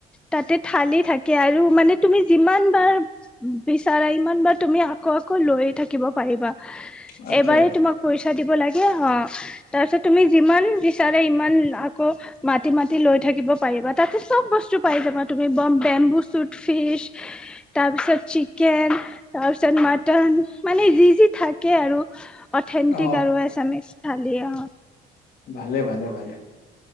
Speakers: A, in the centre; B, on the left (about 60°).
A: তাতে থালি থাকে। আৰু মানে তুমি যিমানবাৰ বিচাৰা সমান বাৰ তুমি আকৌ আকৌ লৈয়ে থাকিব পাৰিবা।
B: আচ্ছা
A: এবাৰেই তোমাক পইচা দিব লাগে। একেই হয়। তাৰ পিছত তুমি যিমান বিচাৰে ইমান আকৌ মাতি- মাতি লৈ থাকিব পাৰিবা তাতে চব বস্তু পাই যাবা তুমি বম বেম্বু চুট ফিচ তাৰপিছত চিকেন তাৰপিছত মাটন মানে যি, যি থাকে আৰু অথেণ্টিক
B: অ
A: আৰু এছামিচ। থালী অ'।
B: ভালে, ভালে, ভালে,